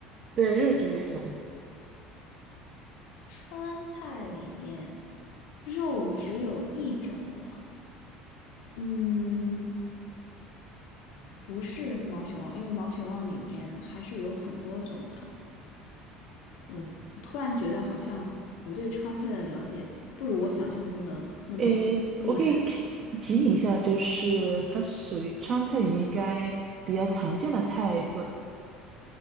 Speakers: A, on the right; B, on the left.
A: 对，肉只有一种。
B: 川菜里面肉只有一种的，嗯，不是毛血旺，因为毛血旺里面还是有很多种的。哦，我突然觉得好像我对川菜的了解不如我想象中的那么厉害，
A: 诶，我可以提醒一下，就是它属于川菜里面应该比较常见的菜色，